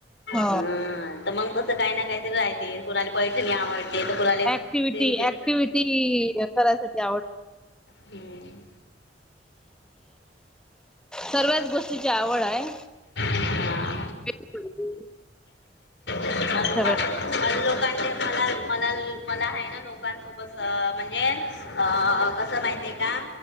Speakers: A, in the centre; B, on the left.
A: हो.
B: हम तर मग तसं काही ना काही तरी राहते कूणाला पैठणी आवड. ते तर कुणाले
A: ऍक्टिव्हिटी
B: प्रिंट हे
A: ऍक्टिव्हिटी करायसाठी
B: हम्म,
A: सर्व्याच गोष्टीची आवड आहे.
B: हा
A: की <unintelligible>
B: हा
A: सगळं
B: काही लोकांनी मला, मला, मला आहे ना लोकांसोबत म्हणजे अ कसं माहिती आहे का?